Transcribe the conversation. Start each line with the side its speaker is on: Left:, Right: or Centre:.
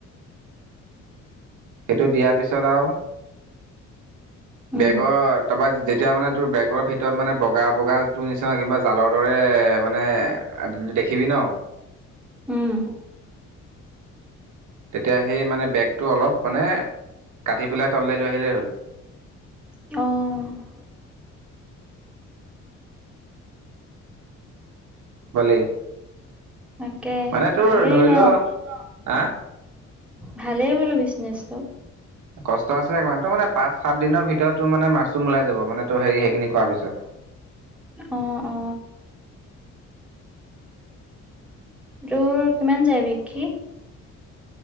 Right: সেইটো দিয়াৰ পিছত আৰু
Centre: উম,
Right: বেগত তাৰপৰা যেতিয়া মানে তোৰ বেগৰ ভিতৰত মানে বগা বগাটোৰ নিচিনা কিবা জালৰ দৰে মানে দেখিবি ন
Centre: উম
Right: তেতিয়া সেই মানে বেগটো অলপ মানে কাটি পেলাই তললৈ লৈ আহিলেই হ'ল।
Centre: অঁহ
Right: হলেই
Centre: তাকে
Right: মানে তোৰ
Centre: ভালেই
Right: ধৰি
Centre: ন?
Right: ল, হা?
Centre: ভালেই বোলো বিজনেচটো।
Right: কষ্ট আছে ত মানে পাঁচ সাত দিনৰ ভিতৰত তোৰ মানে মাছটো ওলাই যাব মানে তোৰ হেৰি সেইখিনি কৰা পিছত
Centre: অ অ। তোৰ কিমান যায় বিক্ৰী?